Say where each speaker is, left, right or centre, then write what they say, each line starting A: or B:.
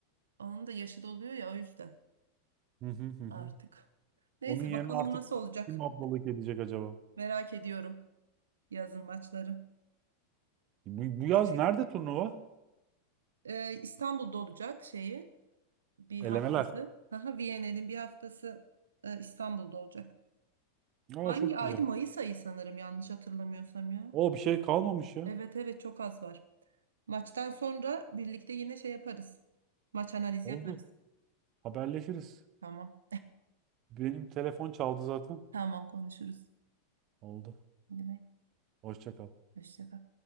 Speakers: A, on the right (about 75°); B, on the right (about 45°).
A: Onun da yaşı doluyor ya o yüzden
B: Hı hı hı. hı.
A: artık. Neyse
B: Onun yerine
A: bakalım
B: artık
A: nasıl olacak.
B: kim ablalık edecek acaba?
A: Merak ediyorum yazın maçları.
B: Bu, bu yaz
A: Şey,
B: nerede turnuva?
A: e, İstanbul'da olacak şeyi. bir
B: Elemeler.
A: haftası. Haha, Viyana'nın bir haftası e, İstanbul'da olacak.
B: Aa
A: Hangi
B: çok
A: aydı?
B: güzel.
A: Mayıs ayı sanırım yanlış hatırlamıyorsam ya.
B: O bir şey kalmamış ya.
A: Evet evet çok az var. Maçtan sonra birlikte yine şey yaparız. Maç analizi
B: Oldu.
A: yaparız.
B: Haberleşiriz.
A: Tamam.
B: Benim telefon çaldı zaten.
A: Tamam konuşuruz.
B: Oldu.
A: Değil mi?
B: Hoşça kal.
A: Hoşça kal.